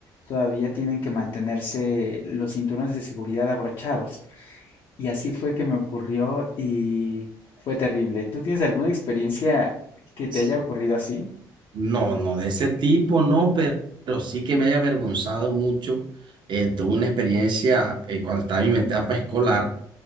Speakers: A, on the left; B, on the right.
A: todavía tienen que mantenerse los cinturones de seguridad abrochados. Y así fue que me ocurrió y fue terrible. ¿Tú tienes alguna experiencia que te
B: Sí.
A: haya ocurrido así?
B: No, no de ese tipo, no, pero, pero sí que me haya avergonzado mucho. Eh, tuve una experiencia eh, cuando estaba en mi etapa escolar.